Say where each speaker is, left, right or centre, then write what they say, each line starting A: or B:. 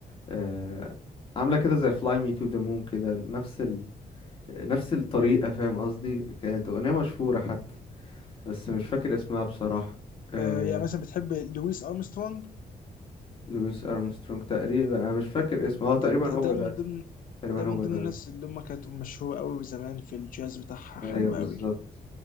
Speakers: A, on the left (about 35°); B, on the left (about 60°).
A: آه، عاملة كده زي Fly Me to the Moon كده نفس نفس الطريقة فاهم قصدي كانت أغنية مشهورة حتى بس مش فاكر اسمها بصراحة آه...
B: آه يعني مثلا بتحب لويس ارمسترونج
A: لويس أرمسترونج تقريبا أنا مش فاكر اسمه اه تقريبا
B: د- د-
A: هو
B: ده
A: ده
B: من ضمن
A: تقريبا
B: ده
A: هو
B: من ضمن
A: ده يعني.
B: الناس اللي هم كانت مشهوره قوي زمان في الجاز بتاعها
A: أيوه
B: حلو
A: بالظبط
B: قوي